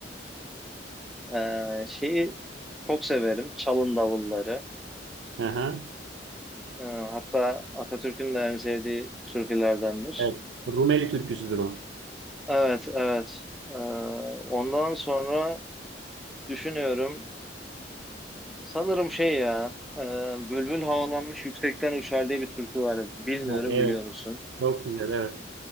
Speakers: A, in the centre; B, on the right.
A: <laughs> e, şeyi çok severim. Çalın davulları.
B: <laughs> Aha.
A: Ee, hatta Atatürk'ün de en sevdiği türkülerdendir.
B: Evet. Rumeli türküsüdür o.
A: Evet, evet. Ee, ondan sonra düşünüyorum. Sanırım şey ya, e, bülbül havalanmış yüksekten uçar diye bir türkü var. Bilmiyorum
B: Ha, evet.
A: biliyor musun?
B: Çok güzel. Evet.